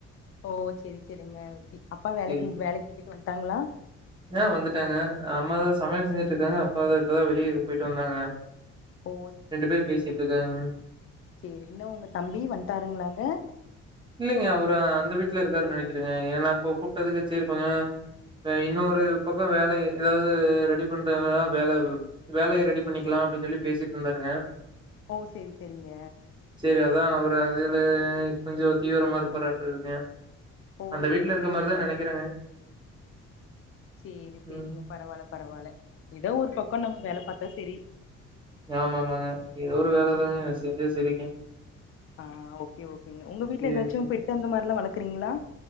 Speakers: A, on the left; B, on the right.
A: ஓ சேரி சேரிங்க அப்பா வேலைக்கு
B: சரி.
A: வேலைக்கு பேயிட்டு வந்துட்டாங்களா
B: ஆ வந்துட்டாங்க அம்மா தா சமயல் செஞ்சுட்டு இருக்காங்க அப்பாதா இப்பதா வெளிய போயிட்டு வந்தாங்க
A: ஓ
B: ரெண்டு பேர் பேசிட்ருக்காங்க
A: சேரி இல்ல உங்க தம்பி வன்டாருங்களாங்க
B: இல்லைங்க அவரு அந்த வீட்ல இருக்காருன்னு நெனைக்குறேங்க ஏன்னா கூப்டதுக்கு சேரி கொஞ்ச நேர த இன்னொரு பக்கோ வேல ஏதாவது ரெடி பண்றாங்கனா வேல வேலைய ரெடி பண்ணிக்கலா அப்டின்னு சொல்லி பேசிட்ருந்தாருங்க
A: ஓ சரி சரிங்க
B: சேரி அதான் அவரு அதுல கொஞ்சோ தீவிரமா இருப்பாராட்டோ இருங்க
A: ஓ
B: அந்த வீட்ல
A: செரி
B: இருக்க
A: செரிங்க
B: மாரிதா நெனைக்கிற
A: சேரி சேரிங்க
B: ம்.
A: பரவால்ல பரவால்ல ஏதோ ஒரு பக்கோ நம்ம வேல பாத்தா செரி
B: ஆமா ஆமாங்க ஏதோ ஒரு வேலதாங்க
A: ம்
B: செஞ்சா சரிங்க
A: ஆ ஓகே ஓகே ஏங்க உங்க வீட்டுல
B: சரி,
A: ஏதாச்சு
B: சரி.
A: பெட்டு அந்த மாரில்லா வளக்குறீங்களா